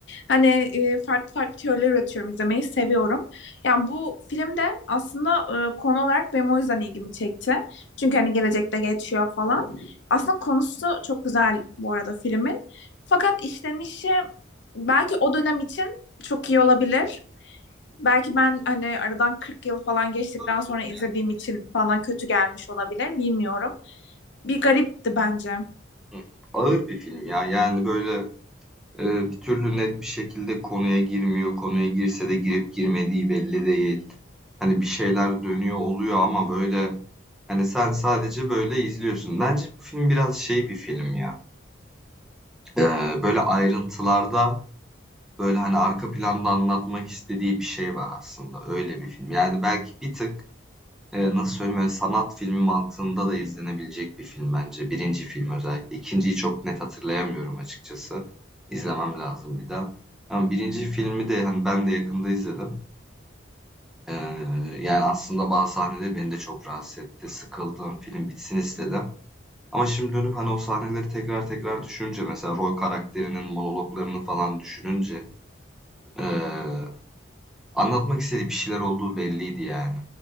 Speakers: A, on the left (about 65°); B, in the centre.
A: hani e, farklı farklı teoriler üretiyorum izlemeyi seviyorum yani bu film de aslında e, konu olarak benim o yüzden ilgimi çekti çünkü hani gelecekte geçiyor falan. Aslında konusu çok güzel bu arada filmin. Fakat işlenişi belki o dönem için çok iyi olabilir. Belki ben hani aradan 40 yıl falan geçtikten
B: Ağır
A: sonra
B: değil
A: izlediğim
B: mi?
A: için bana kötü gelmiş olabilir. Bilmiyorum. Bir garipti bence.
B: Hı hı. Ağır bir film ya yani böyle Eee, bir türlü net bir şekilde konuya girmiyor. Konuya girse de girip girmediği belli değil. Hani bir şeyler dönüyor oluyor ama böyle hani sen sadece böyle izliyorsun. Bence bu film biraz şey bir film ya. Eee, böyle ayrıntılarda böyle hani arka planda anlatmak istediği bir şey var aslında. Öyle bir film. Yani belki bir tık Eee, nasıl söyleyeyim, böyle sanat filmi mantığında da izlenebilecek bir film bence. birinci film özellikle. 2.'yi çok net hatırlayamıyorum açıkçası. İzlemem lazım bir daha. Ama birinci filmi de hani ben de yakında izledim. Eee, yani aslında bazı sahneler beni de çok rahatsız etti. Sıkıldım, film bitsin istedim. Ama şimdi dönüp hani o sahneleri tekrar tekrar düşününce mesela rol karakterinin monologlarını falan düşününce eee Anlatmak istediği bir şeyler olduğu belliydi yani.